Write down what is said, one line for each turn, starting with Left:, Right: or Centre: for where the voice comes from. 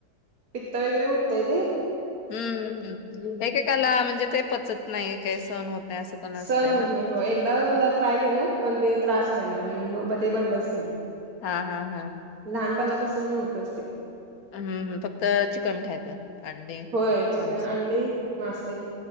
Right: पित्ता वगैरे ऊठ तय गं.
Left: हम्म हम्म एकेकाला म्हणजे ते पचत नाही काही सहण होत नाही असं पण असतंय
Right: सहन
Left: ना?
Right: होत नाही हो एकदा दोनदा ट्राय केलं पण ते त्रास व्हायला म्हणून म ते बंदच केलं
Left: हा हा हा.
Right: लहानपणापासून पण नव्हतंच ते.
Left: हम्म फक्त चिकन खायचं. अंडे
Right: होय चिकन
Left: असं
Right: अंडी मासे.